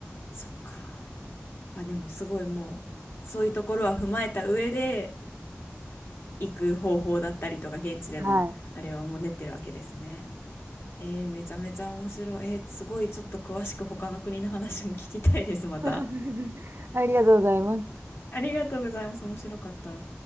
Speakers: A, on the left; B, on the right.
A: そっか。あ、でもすごいもう、そういうところは踏まえた上で行く方法だったりとか、現地でのあれはもう練ってるわけですね。
B: はい。
A: えー、めちゃめちゃ面白い。えーすごいちょっと詳しく他の国の話も聞きたいです、また。
B: <laughs> ありがとうございます。
A: ありがとうございます。面白かった。